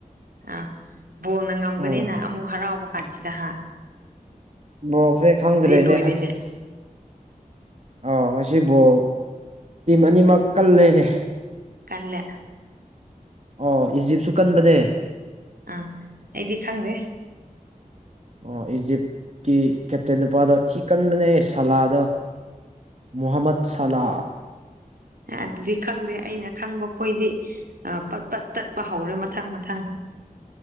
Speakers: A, on the right (about 80°); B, on the right (about 50°).
A: ꯑ ꯕꯣꯜꯅ ꯉꯝꯒꯅꯤꯅ
B: ꯎꯝ
A: ꯑꯃꯨꯛ ꯍꯔꯥꯎꯕ ꯑꯆꯤꯗꯍꯥ
B: ꯕꯣꯜꯁꯦ ꯈꯪꯗ꯭ꯔꯦꯅꯦ
A: ꯂꯣꯏꯔꯦꯅꯦ
B: ꯑꯁ ꯑꯥꯎ ꯉꯁꯤ ꯕꯣꯜ ꯇꯤꯝ ꯑꯅꯤꯃꯛ ꯀꯜꯂꯦꯅꯦ
A: ꯀꯜꯂ‌ꯦ
B: ꯑꯣ ꯏꯖꯤꯞꯁꯨ ꯀꯟꯕꯅꯦ
A: ꯑꯥ ꯑꯩꯗꯤ ꯈꯪꯗꯦ
B: ꯑꯣ ꯏꯖꯤꯞꯀꯤ ꯀꯦꯞꯇꯦꯟ ꯅꯨꯄꯥꯗꯣ ꯊꯤ ꯀꯟꯕꯅꯦ ꯁꯂꯥꯗꯣ ꯃꯨꯍꯝꯃꯠ ꯁꯂꯥ
A: ꯑꯗꯨꯗꯤ ꯈꯪꯗꯦ ꯑꯩꯅ ꯈꯪꯕ ꯈꯣꯏꯗꯤ ꯄꯠ-ꯄꯠ ꯇꯠꯄ ꯍꯧꯔꯦ ꯃꯊꯪ-ꯃꯊꯪ